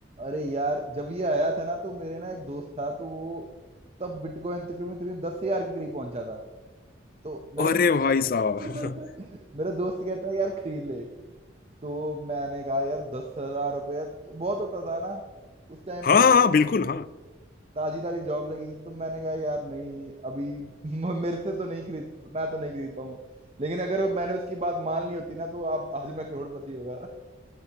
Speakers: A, on the right; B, on the left.
A: अरे यार जब ये आया था ना तो मेरे ना एक दोस्त था तो वो तब बिटकॉइन तकरीबन तकरीबन दस हजार के करीब पहुंचा था तो मेरा
B: अरे
A: <laughs>
B: भाई साहब <laughs>
A: मेरा दोस्त कहता है यार खरीद ले तो मैंने कहा यार दस हजार रुपया तो बहुत होता था ना उस टाइम
B: हाँ
A: पे
B: हाँ हाँ बिल्कुल हाँ
A: ताजी ताजी जॉब <laughs> लगी थी तो मैंने कहा यार नहीं अभी म- मेरे से तो नहीं खरीद मैं तो नहीं खरीद पाऊंगा लेकिन अगर वो- मैंने उसकी बात मान ली होती ना तो आप आज मैं करोड़पति होगा